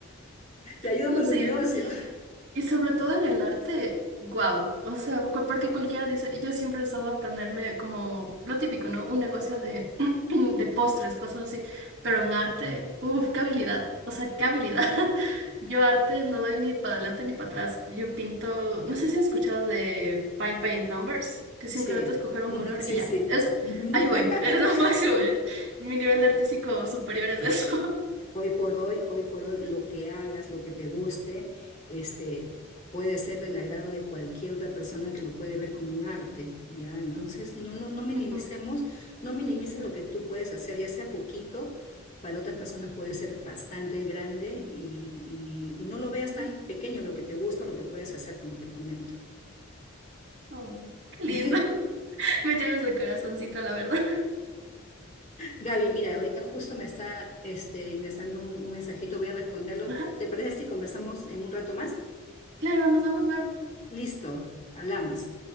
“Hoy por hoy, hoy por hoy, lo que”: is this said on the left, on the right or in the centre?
Left